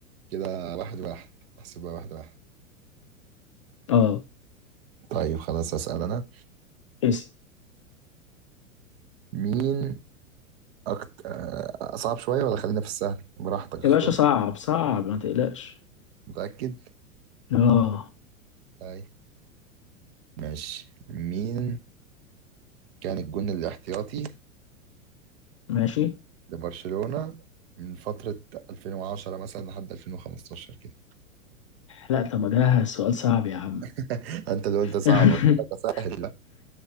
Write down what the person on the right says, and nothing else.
كده واحد واحد احسبها واحد واحد
طيب خلاص أسأل أنا
مين أكتر صعب شوية ولا خلينا في السهل براحتك اختار
متأكد
طيب ماشي مين كان الجون الاحتياطي
لبرشلونة من فترة 2010 مثلا لحد 2015 كده
<laughs> انت اللي قلت صعب
قلت لك اسهل بقى